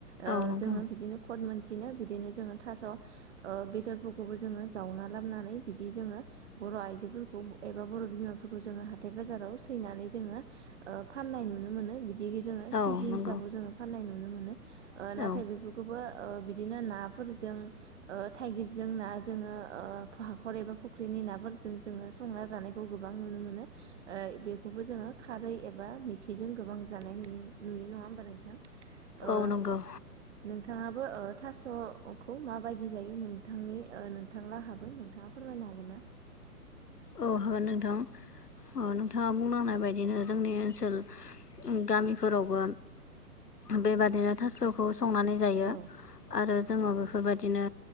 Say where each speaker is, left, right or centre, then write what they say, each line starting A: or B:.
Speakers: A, on the right; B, on the left.
A: ओ
B: औ नंगौ
A: जोङो बिदिनो कट मोनसिनो बि दिनो जोङो थास' ओ बेदरफोरखौबो जोङो जावना लाबोनानै बिदि जोङो बर' आइजो फोरखौ एबा बर' बिमाफोरखौ जोङो हाथाय बाजाराव सैनानै जोङो ओ फाननाय नुनो मोनो। बि दि जोङो
B: औ
A: खिजि
B: नंगौ
A: हिसाबाव जोङो फाननाय नुनो मोनो ओ नाथाय
B: औ
A: बेफोरखौबो ओ बिदिनो ना फोरजों ओ थाइगिरजों ना जोङो ओ हाखर एबा फुख्रिनि नाफोरजों जोङो संना जानायखौ गोबां नुनो मोनो। ओ बेखौबो जोङो खारै एबा मिखिजों गोबां जानाय नुयो नुयो नङा होमबा नोंथां? ओ
B: औ नंगौ औ
A: नोंथाङाबो ओ थास' खौ माबायदि जायो नोंथांनि ओ नोंथां लाहाबो नोंथाङा फोरमायनो हागोन ना?
B: औ हागोन नोंथां औ नोंथाङा बुंलांनाय बायदिनो जोंनि ओनसोल गामिफोरावबो बेबादिनो थास'खौ संनानै जायो
A: औ
B: आरो जोङो बेफोरबायदिनो